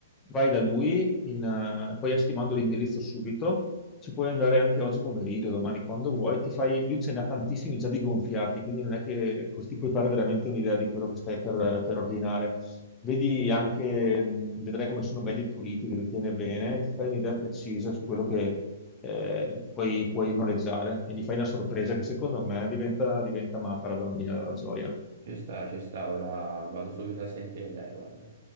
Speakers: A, on the left; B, on the right.
A: Vai da lui, in, eh, poi adesso ti mando l'indirizzo subito. Ci puoi andare anche oggi pomeriggio, domani, quando vuoi. Ti fai, lui ce ne ha tantissimi già di gonfiati, quindi non è che così puoi fare veramente un'idea di quello che stai per, per ordinare. Vedi anche, mh, vedrai come sono belli e puliti, che li tiene bene, e ti fai un'idea precisa su quello che eh, puoi, puoi noleggiare e gli fai una sorpresa che secondo me diventa, diventa matta la bambina dalla gioia.
B: Ci sta, ci sta, ora vado subito a sentire lei, guarda.